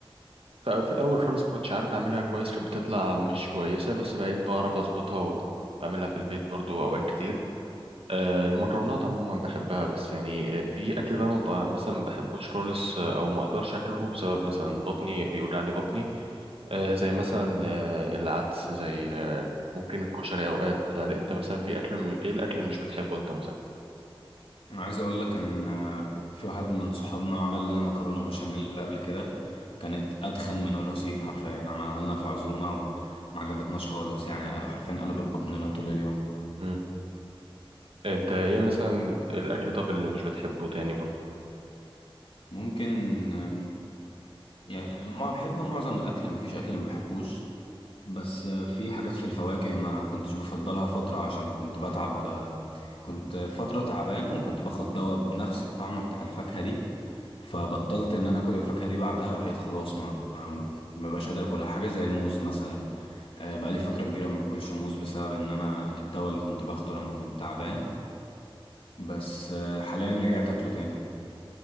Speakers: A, on the right; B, on the left.
A: في الاول خالص كنتش عارف اعملها كويس كانت بتطلع مش كويسه بس بقيت بعرف اظبطها واعملها في البيت برضه اوقات كتير آه، المكرونات عموما بحبها بس يعني آه، في اكل بقى ما بقى- مثلا ما بحبوش خالص آه، او ما اقدرش اكله بسبب مثلا بطني بيوجع لي بطني آه، زي مثلا آه، العدس زي آه، ممكن الكشري اوقات هل انت مثلا في اكل م... ايه الاكل اللي مش بتحبه انت مثلا
B: انا عايز اقول لك ان آه، في واحد من صحابنا عمل لنا مكرونه بشاميل قبل كده كانت اتخن من الرصيف حرفيا عملها لنا في عزومه وما عجبتناش خالص يعني حرفيا قلبت بطننا طول اليوم
A: مم. انت ايه مثلا الاكل طب اللي مش بتحبه تاني برضه
B: ممكن آم، يعني ما بحب معظم الاكل مفيش اكل ما بحبوش بس آه، في حاجات في الفواكه ما كنتش بفضلها فتره عشان كنت بتعب آه، كنت فتره تعبان وكنت باخد دواء بنفس الطعم بتاع الفاكهه دي فبطلت ان انا اكل الفاكهه دي بعدها بقيت خلاص ما ما بقاش قادر اكلها حاجه زي الموز مثلا آه، بقى لي فتره كبيره ما باكلش موز بسبب ان انا الدواء اللي كنت باخده لما كنت تعبان بس آه، حاليا رجعت اكله تاني